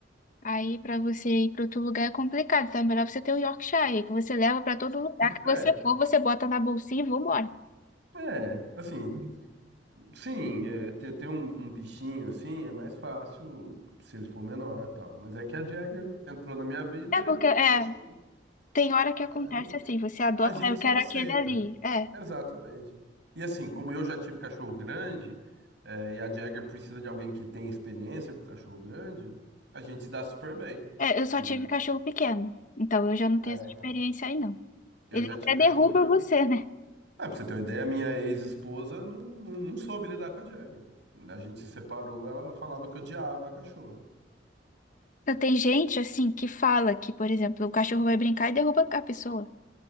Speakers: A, on the left; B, on the right.
A: Aí pra você ir pra outro lugar é complicado, então é melhor você ter o Yorkshire, que você leva pra todo lugar que
B: É,
A: você for, você bota na bolsinha e vambora.
B: é, assim, sim, é, ter, ter um, um bichinho assim é mais fácil se ele for menor e tal. Mas é que a Jagger entrou na minha vida
A: É porque
B: e
A: é,
B: é isso aí.
A: tem hora que acontece
B: É, é
A: assim, você adota,
B: A gente
A: "Ah, eu
B: só
A: quero
B: aceita.
A: aquele ali. É,
B: Exatamente. E assim, como eu já tive cachorro grande, é, e a Jagger precisa de alguém que tenha experiência com cachorro grande, a gente se dá super bem.
A: é, eu só
B: Mas,
A: tive cachorro pequeno, então eu já não tenho
B: é,
A: essa
B: então.
A: experiência aí não.
B: Eu
A: Ele
B: já
A: até
B: tive cachorro
A: derruba
B: grande.
A: você, né?
B: Ah, pra você ter uma ideia, a minha ex-esposa não, não, não soube lidar com a Jagger. A gente se separou, ela falava que odiava a cachorro.
A: Então, tem gente assim que fala que, por exemplo, o cachorro vai brincar e derruba a pessoa.